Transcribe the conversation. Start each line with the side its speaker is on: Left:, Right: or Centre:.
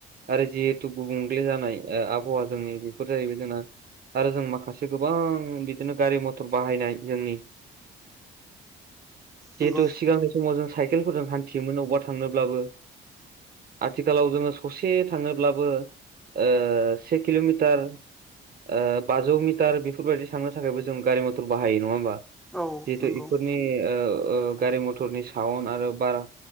Right: आरो जिहेतु गुबुंले जानाय ओ आबहावा जोंनि बेफोर जाहैबाय जोंना आरो जों माखासे गोबां बिदिनो गारि मथर बाहायनाय जोंनि जिहेतु
Centre: नंगौ
Right: सिगांनि समाव जों साइकेलफोरजों हान्थियोमोन अबावबा थांनोब्लाबो आथिखालाव जोङो ससे थाङोब्लाबो ओ से किल'मिटार ओ बाजौ मिटार बेफोरबायदि थांनो थाखायबो जों गारि मटर बाहायो नङा होमबा
Centre: औ
Right: जिहेथु
Centre: नंगौ
Right: इफोरनि ओ ओ गारि मथरनि साउन्ड आरो बार